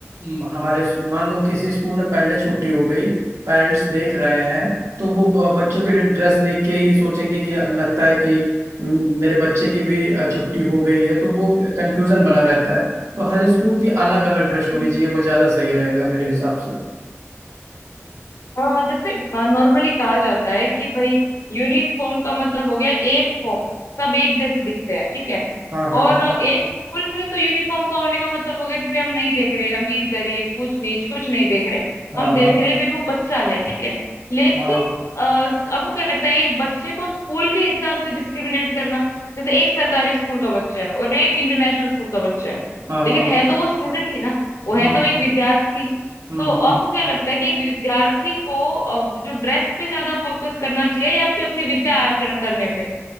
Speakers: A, on the right (about 70°); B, on the left (about 75°).
A: म- हमारे मान लो किसी स्कूल में पहले छुट्टी हो गई पेरेंट्स देख रहे हैं तो वो ब- बच्चों के ड्रेस देख के ही सोचेंगे कि लगता है कि म, मेरे बच्चे की भी अ, छुट्टी हो गई है तो वो कंफ्यूजन बना रहता है तो हर स्कूल की अलग अलग ड्रेस होनी
B: में
A: चाहिए वो ज्यादा सही रहेगा मेरे हिसाब से
B: अ, जैसे नॉर्मली कहा जाता है कि भाई यूनिफॉर्म का मतलब हो गया एक फॉर्म सब एक जैसे दिखते हैं ठीक है
A: हाँ हाँ
B: और
A: हाँ
B: अ, एक स्कूल में तो यूनिफॉर्म का होने का मतलब हो गया कि भाई हम नहीं देख रहे अमीर गरीब ऊंच नीच कुछ नहीं देख रहे
A: हाँ
B: हम देख
A: हाँ
B: रहे भाई वो बच्चा है ठीक है लेकिन
A: हाँ
B: अ, आपको क्या लगता है एक बच्चे को स्कूल के हिसाब से डिस्क्रिमिनेट करना जैसे एक सरकारी स्कूल का बच्चा है और एक इंटरनेशनल स्कूल का बच्चा है
A: हाँ हाँ
B: लेकिन
A: हाँ हाँ
B: है तो वो स्टूडेंट ही ना वो है
A: हम्म
B: तो एक विद्यार्थी
A: हम्म
B: तो आपको क्या लगता है कि एक विद्यार्थी को अ, जो ड्रेस पे ज्यादा फोकस करना चाहिए या फिर अपनी विद्या आचरण करने पे